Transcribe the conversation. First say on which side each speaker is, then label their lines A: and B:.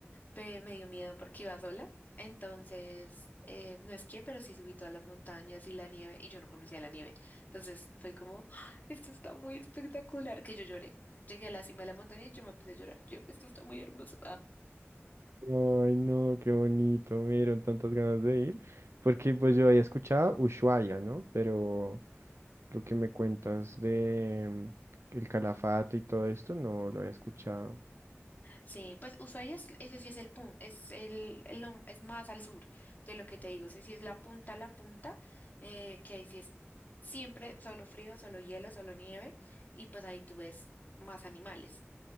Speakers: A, on the left; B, on the right.
A: pe- me dio miedo porque iba sola, entonces eh, no esquié, pero sí subí todas las montañas y la nieve y yo no conocía la nieve, entonces fue como, "Ah, esto está muy espectacular, que yo lloré. Llegué a la cima de la montaña y yo me puse a llorar. Yo, esto está muy hermoso.
B: Ay, no, qué bonito, me dieron tantas ganas de ir. Porque pues yo había escuchado Ushuaia, ¿no? Pero lo que me cuentas de mm, el Calafate y todo esto, no lo había escuchado.
A: Sí, pues Ushuaia es, ese sí es el punto, es el, el nom- es más al sur de lo que te digo, ese sí es la punta, la punta, eh, que ahí sí es siempre solo frío, solo hielo, solo nieve, y pues ahí tú ves más animales,